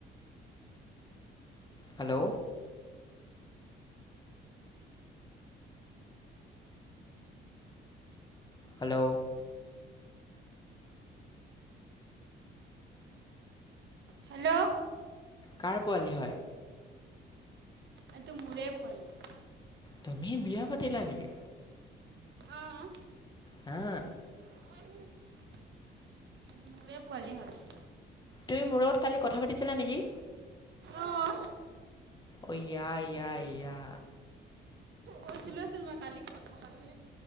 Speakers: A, on the left; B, on the right.
A: Hello. Hello.
B: Hello.
A: কাৰ পোৱালি হয়?
B: এইটো মোৰে পোৱালি।
A: তুমি বিয়া পাতিলা নেকি?
B: অহ।
A: হা
B: <unintelligible> সেইটো মোৰে পোৱালি হয়।
A: তুমি মোৰ লগত কালি কথা পাতিছিলা নেকি?
B: অহ।
A: অয়া য়া য়া য়া।
B: কৈছিলো আছিল মই কালি কথা পাতি